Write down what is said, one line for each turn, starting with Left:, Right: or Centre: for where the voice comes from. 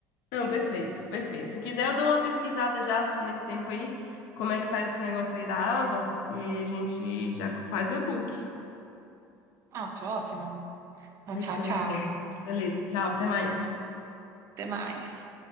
Left: Não, perfeito, perfeito. Se quiser, eu dou uma pesquisada já nesse tempo aí, como é que faz esse negócio aí da Amazon, e aí a gente já faz o e-book.
Right: Ah, tá ótimo. Então,
Left: Fechou,
Right: tchau, tchau.
Left: então. Beleza, tchau, até mais.
Right: Até mais.